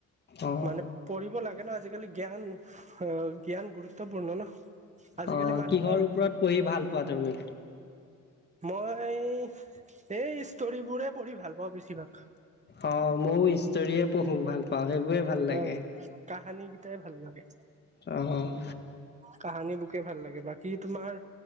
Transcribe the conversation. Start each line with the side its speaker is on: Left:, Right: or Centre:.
Left: অ
Right: মানে পঢ়িব লাগে ন আজি আজিকালি জ্ঞান, অ' জ্ঞান গুৰুত্বপূৰ্ণ ন। আজিকালি
Left: অ'
Right: মানুহৰ
Left: কিহৰ ওপৰত পঢ়ি ভাল পোৱা তুমি?
Right: মই এই ষ্টৰিবোৰে পঢ়ি ভাল পাওঁ বেছিভাগ।
Left: অ', ময়ো ইষ্টৰয়ে পঢ়ো, ভাল পাওঁ, সেইবোৰে ভাল লাগে।
Right: অ কাহানী কেইটাই ভাল লাগে।
Left: অ'
Right: কাহানীবোকেই ভাল লাগে, বাকী তোমাৰ